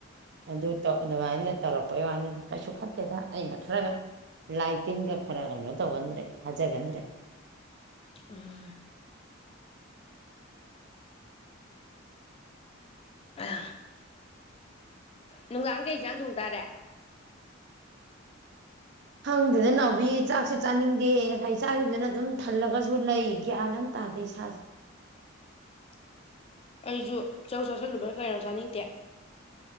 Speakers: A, on the right; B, on the left.
A: ꯑꯗꯨ ꯇꯧ ꯑꯗꯨꯃꯥꯏꯅ ꯇꯧꯔꯛꯄꯩ ꯋꯥꯅꯤꯗ ꯀꯩꯁꯨ ꯐꯠꯇꯦꯗ ꯑꯩꯅ ꯈꯔꯒ ꯂꯥꯏꯇꯤꯟꯒ ꯈꯔ ꯀꯩꯅꯣ ꯇꯧꯒꯟꯗ꯭ꯔꯦ ꯊꯥꯖꯒꯟꯗ꯭ꯔꯦ
B: ꯎꯝ ꯑ ꯅꯨꯡꯗꯥꯡ ꯀꯩꯖꯥꯡ ꯊꯣꯡ ꯇꯥꯔꯦ
A: ꯈꯪꯗꯦꯗ ꯅꯥꯎꯕꯤ ꯆꯥꯛꯁꯨ ꯆꯥꯅꯤꯡꯗꯦ ꯉꯁꯥꯏ ꯆꯥꯒꯤꯝꯗꯨꯅ ꯑꯗꯨꯝ ꯊꯜꯂꯒꯁꯨ ꯂꯩ ꯒ꯭ꯌꯥꯟ ꯑꯝ ꯇꯥ ꯇꯥꯗꯦ ꯏꯁꯥꯖꯦ
B: <unintelligible> ꯑꯩꯁꯨ ꯆꯧ ꯆꯥꯁꯤꯜꯂꯨꯕꯩꯔꯥ ꯀꯩꯅꯣ ꯆꯥꯅꯤꯡꯇꯦ